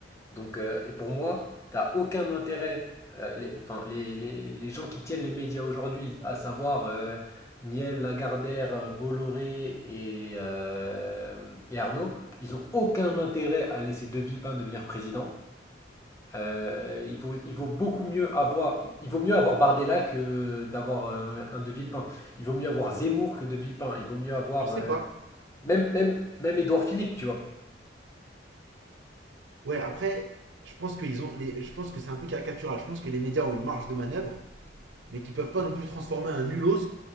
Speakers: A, on the left; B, on the right.
A: Donc, euh, et pour moi, t'as aucun intérêt, euh, les, enfin, les, les- les gens qui tiennent les médias aujourd'hui, à savoir euh, Niel, Lagardère, euh, Bolloré et, euh, et Arnaud, ils ont aucun intérêt à laisser De Villepin devenir président. Euh, il vaut, il vaut beaucoup mieux avoir, il vaut mieux avoir Bardella que d'avoir euh, un De Villepin. Il vaut mieux avoir Zemmour que De Villepin. Il vaut mieux avoir
B: Je sais
A: euh,
B: pas.
A: même, même, même Édouard Philippe, tu vois.
B: Ouais, après, je pense, qu'ils ont les, je pense que c'est un peu caricatural. Je pense que les médias ont une marge de manœuvre, mais qu'ils peuvent pas non plus transformer un nulos